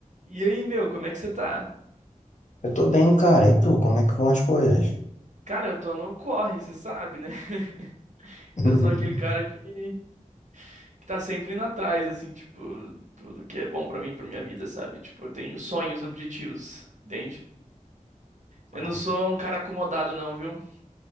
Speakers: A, on the right; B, on the left.
A: E aí, meu, como é que você tá?
B: Eu tô bem, cara. E tu, como é que vão as coisas?
A: Cara, eu tô no corre, você sabe, né? <laughs>
B: <laughs>
A: Eu sou aquele cara que, que tá sempre indo atrás, assim, tipo, tudo que é bom pra mim, pra minha vida, sabe? Tipo, eu tenho sonhos, objetivos, entende?
B: Claro.
A: Eu não sou um cara acomodado, não, viu?